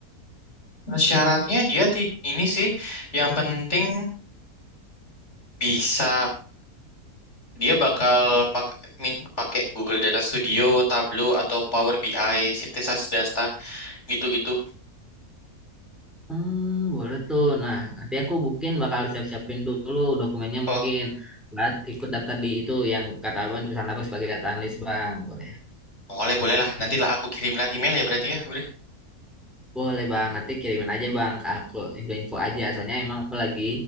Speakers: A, on the left; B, in the centre.
A: Nah, syaratnya dia ti- ini sih yang penting bisa dia bakal pak minta pakai Google Data Studio, Tableau atau Power BI, sintesis data gitu-gitu.
B: Hmm, boleh tuh. Nah, nanti aku mungkin bakal siap-siapin dulu dokumennya
A: Oh,
B: mungkin buat ikut daftar di itu yang kata abang di pesan aku sebagai data analis bang. Boleh.
A: Boleh, boleh lah. Nantilah aku kirim lewat email ya berarti ya. Boleh.
B: Boleh bang, nanti kirimin aja bang ke aku info-info aja. Soalnya emang aku lagi